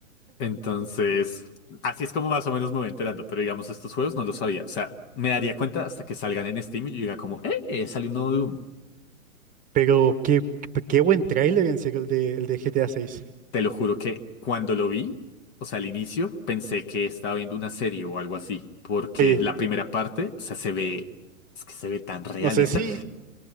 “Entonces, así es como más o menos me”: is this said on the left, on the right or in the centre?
Left